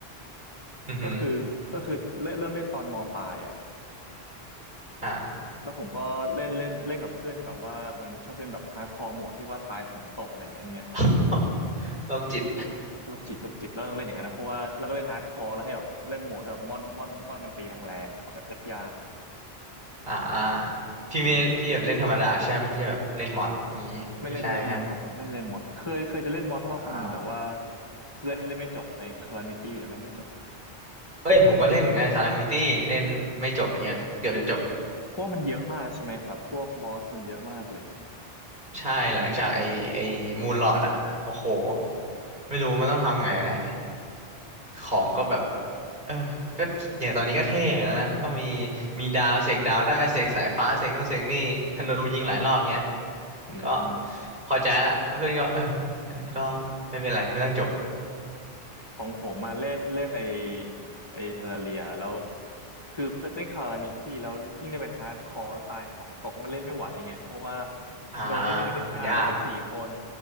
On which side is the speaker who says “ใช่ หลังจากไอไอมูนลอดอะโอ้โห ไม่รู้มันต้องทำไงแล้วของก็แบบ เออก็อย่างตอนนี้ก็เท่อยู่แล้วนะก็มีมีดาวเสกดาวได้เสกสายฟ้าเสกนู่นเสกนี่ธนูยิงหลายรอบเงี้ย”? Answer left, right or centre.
Right